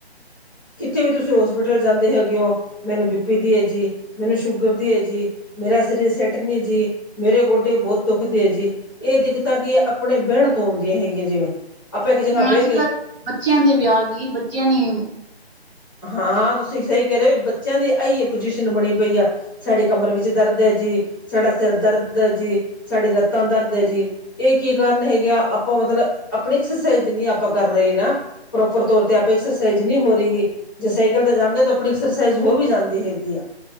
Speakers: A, on the left; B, on the right.
A: ਕਿੱਥੇ ਵੀ ਤੁਸੀਂ ਹੋਸਪਿਟਲ ਜਾਂਦੇ ਹੈਗੇ ਹੋ ਮੈਨੂੰ ਬੀਪੀ ਦੀ ਹੈ ਜੀ ਮੈਨੂੰ ਸ਼ੂਗਰ ਦੀ ਹੈ ਜੀ। ਮੇਰਾ ਸਰੀਰ ਸੈੱਟ ਨਹੀਂ ਜੀ ਮੇਰੇ ਗੋਡੇ ਬਹੁਤ ਦੁੱਖ ਦੇ ਜੀ ਇਹ ਦਿੱਕਤਾਂ ਕੀ ਆਪਣੇ ਬਹਿਣ ਤੋਂ ਆਉਂਦੀਆਂ ਹੈਗੀਆਂ ਜਿਵੇਂ ਆਪਾਂ ਇੱਕ ਜਗ੍ਹਾ
B: ਅੱਜ-
A: ਬਹਿ ਗਏ
B: ਕੱਲ ਬੱਚਿਆਂ ਤੇ ਵਿਆਹ ਗਈ ਬੱਚਿਆਂ ਨੇ
A: ਹਾਂ ਤੁਸੀਂ ਸਹੀ ਕਹਿ ਰਹੇ ਹੋ ਵੀ ਬੱਚਿਆਂ ਦੀ ਅਈ ਪੁਜੀਸ਼ਨ ਬਣੀ ਪਈ ਆ। ਸਾਡੇ ਕਮਰ ਵਿੱਚ ਦਰਦ ਐ ਜੀ, ਸਾਡਾ ਸਿਰ ਦਰਦ ਆ ਜੀ, ਸਾਡੀ ਲੱਤਾਂ ਦਰਦ ਆ ਜੀ। ਇਹ ਕੀ ਕਾਰਨ ਹੈਗੇ ਆ ਆਪਾਂ ਮਤਲਬ ਆਪਣੀ ਐਕਸਰਸਾਈਜ਼ ਜਿੰਨੀ ਆਪਾਂ ਕਰ ਰਹੇ ਨਾ ਪ੍ਰੋਪਰ ਤੌਰ ਤੇ ਆਪੇ ਐਕਸਰਸਾਈਜ਼ ਨਹੀਂ ਹੋ ਰਹੀਗੀ, ਜੇ ਸਾਈਕਲ ਤੇ ਜਾਂਦੇ ਓ ਆਪਣੀ ਐਕਸਰਸਾਈਜ਼ ਹੋ ਵੀ ਜਾਂਦੀ ਹੈਗੀ ਆ।